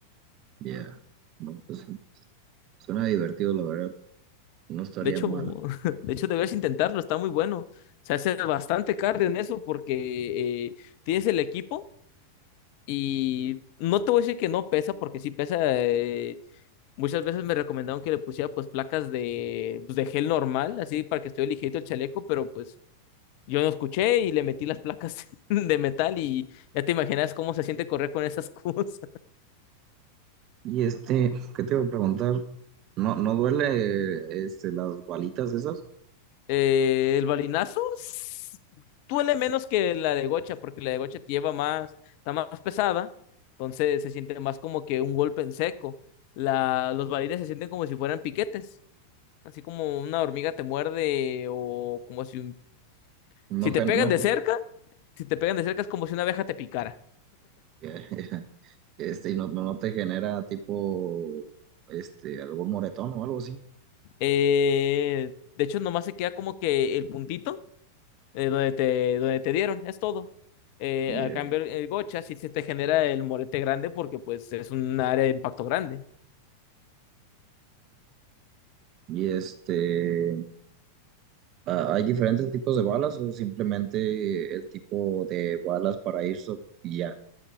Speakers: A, on the right (about 35°); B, on the left (about 45°).
A: Ya, no, pues sí. Suena divertido, la verdad. No estaría
B: De hecho,
A: mal.
B: <laughs> de hecho, debes intentarlo, está muy bueno. Se hace bastante cardio en eso porque eh, tienes el equipo y no te voy a decir que no pesa, porque sí pesa. eh, Muchas veces me recomendaron que le pusiera pues placas de, pues, de gel normal, así para que estuviera ligerito el chaleco, pero pues yo no escuché y le metí las placas <laughs> de metal y ya te imaginas cómo se siente correr con esas <laughs> cosas.
A: Y este, ¿qué te iba a preguntar? ¿No, no duele este, las balitas esas?
B: Eh, el balinazo s- duele menos que la de gocha, porque la de gocha te lleva más, está más pesada, entonces se siente más como que un golpe en seco. La, los balines se sienten como si fueran piquetes, así como una hormiga te muerde o como si, un-
A: No,
B: si te
A: gen-
B: pegan
A: no,
B: de cerca. si te pegan de cerca es como si una abeja te picara.
A: <laughs> este, y no, no no te genera tipo este, algún moretón o algo así.
B: Eh, de hecho, nomás se queda como que el puntito eh, donde te, donde te dieron, es todo. Eh,
A: Bien.
B: a cambio, el gocha sí se te genera el morete grande porque pues es un área de impacto grande.
A: Y este, ¿ha- ¿hay diferentes tipos de balas o simplemente el tipo de balas para irse y ya?